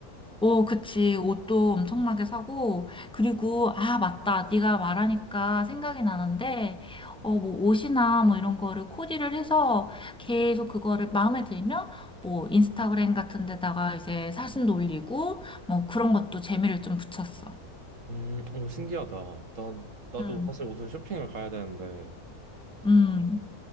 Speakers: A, in the centre; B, on the right.
A: 오, 그치. 옷도 엄청나게 사고. 그리고, 아, 맞다. 네가 말하니까 생각이 나는데, 어, 뭐, 옷이나 뭐 이런 거를 코디를 해서 계속 그거를 마음에 들면, 뭐, 인스타그램 같은 데다가 이제 사진도 올리고, 뭐, 그런 것도 재미를 좀 붙였어.
B: 음, 어, 신기하다. 난 나도
A: 음,
B: 사실 옷을 쇼핑을 가야 되는데
A: 음.